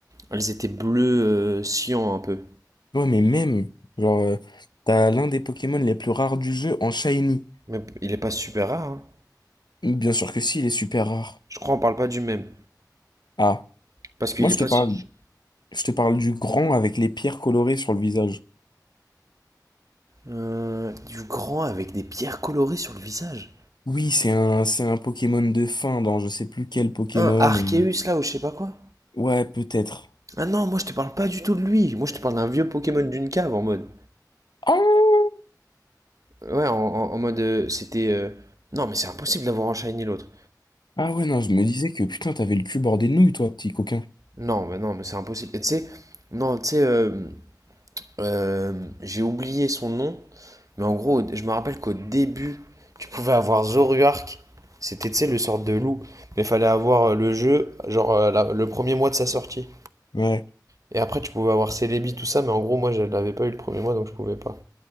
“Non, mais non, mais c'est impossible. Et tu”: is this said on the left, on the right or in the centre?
Right